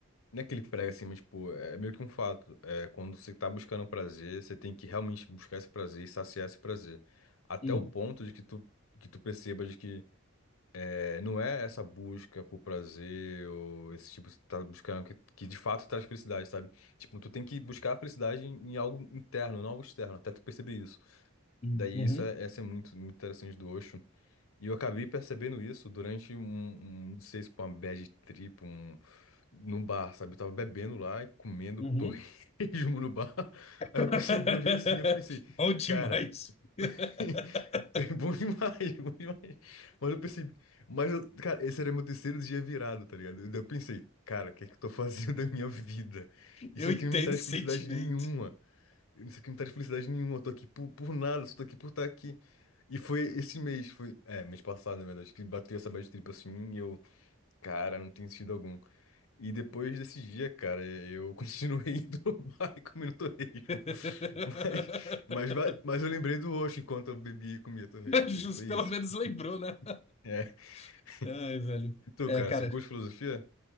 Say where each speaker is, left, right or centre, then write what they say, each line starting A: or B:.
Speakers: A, on the left; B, on the left.
A: Não é que ele prega assim, mas, tipo, é meio que um fato. É, quando você tá buscando prazer, você tem que realmente buscar esse prazer e saciar esse prazer. Até
B: Hum.
A: o ponto de que tu, que tu percebas que. É, não é essa busca por prazer ou esse tipo, você tá buscando que, que de fato traz felicidade, sabe? Tipo, tu tem que buscar a felicidade em, em algo interno, não algo externo, até tu perceber isso.
B: Hum.
A: Daí
B: Uhum.
A: isso é, essa é muito, muito interessante do Osho. E eu acabei percebendo isso durante um, um- não sei se foi uma bad trip, um, no bar, sabe? Eu tava bebendo lá e comendo
B: Uhum.
A: torresmo <laughs> no bar.
B: <laughs>
A: Aí eu percebi, olhei assim, eu pensei,
B: Bom demais.
A: cara,
B: <laughs>
A: <laughs> é bom demais, <laughs> bom demais. Mas eu percebi, mas eu, cara, esse era meu terceiro dia virado, tá ligado? Daí Eu pensei, cara, o que é que eu tô fazendo da minha vida? Isso
B: Eu
A: aqui
B: entendo
A: não me traz
B: o sentimento.
A: felicidade nenhuma. Isso aqui não traz felicidade nenhuma, eu tô aqui por, por nada, só tô aqui por estar aqui. E foi esse mês, foi, é, mês passado, na verdade, que bateu essa bad trip assim, e eu, cara, não tem sentido algum. E depois desse dia, cara, eu <laughs> continuei indo no bar e comendo torresmo.
B: <laughs>
A: <laughs> Mas, mas, va- mas eu lembrei do Osho enquanto eu bebia e comia torresmo,
B: Justo,
A: daí foi
B: pelo
A: isso.
B: menos
A: cara.
B: lembrou, né?
A: É.
B: <laughs>
A: <laughs>
B: Ai, velho.
A: E tu,
B: É,
A: cara,
B: cara,
A: você curte filosofia?